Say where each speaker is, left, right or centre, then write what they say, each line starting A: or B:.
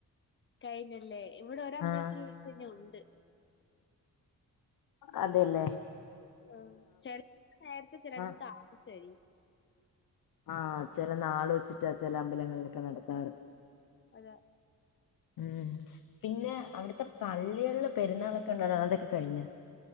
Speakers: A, on the left; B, on the left.
A: കഴിഞ്ഞല്ലേ? ഇവിടെ ഒരമ്പലത്തില്
B: ആഹ്
A: ഉത്സവം ഇനിഉണ്ട്.
B: അതെലേ?
A: ആ ചെലേടത്ത് നേരത്തെ ചിലേടത്ത്
B: ആഹ്
A: താമസിച്ചായിരിക്കും.
B: ആ ചെല നാള് വെച്ചിട്ടാ ചെല അമ്പലങ്ങളിലൊക്കെ നടത്താറ്.
A: അതാ
B: ഉം. പിന്നെ അവിടുത്തെ പള്ളികളില് പെരുന്നാളൊക്കെ ഉണ്ടാണതാ അതൊക്കെ കഴിഞ്ഞോ?